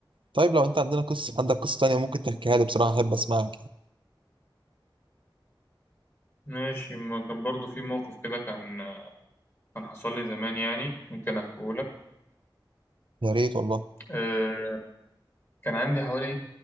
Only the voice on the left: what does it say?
ماشي ما كان برضو في موقف كده كان كان حصل لي زمان يعني ممكن احكيه لك
آه كان عندي حوالي